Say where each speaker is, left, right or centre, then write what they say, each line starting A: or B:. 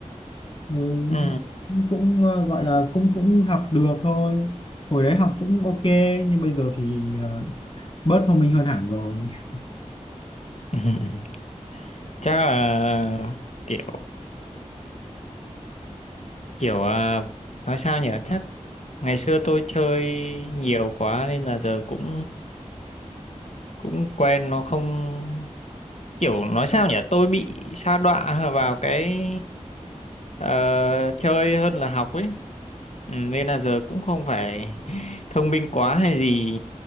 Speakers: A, on the left; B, on the left.
A: ừ,
B: ừ
A: cũng cũng, ờ, gọi là cũng cũng học được thôi hồi đấy học cũng ok nhưng bây giờ thì ờ, bớt thông minh hơn hẳn rồi <laughs>
B: <laughs> chắc là kiểu kiểu à, nói sao nhỉ chắc ngày xưa tôi chơi nhiều quá nên là giờ cũng cũng quen nó không kiểu nói sao nhỉ tôi bị sa đọa vào cái ờ, chơi hơn là học ấy ừ, nên là giờ cũng không phải <laughs> thông minh quá hay gì